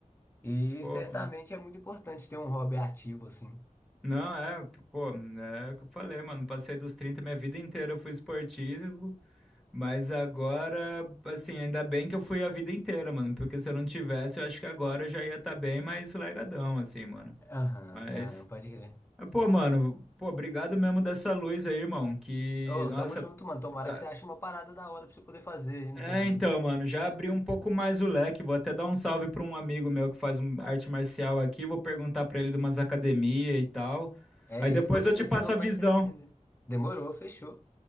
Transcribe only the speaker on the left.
E
certamente
é muito importante ter um hobby ativo, assim.
Aham,
aham, pode crer.
Ô,
tamo junto, mano. Tomara
que você ache uma parada da hora pra você poder fazer aí no
tempo
livre.
É
isso,
com certeza
você não
vai se arrepender. Demorou, fechou.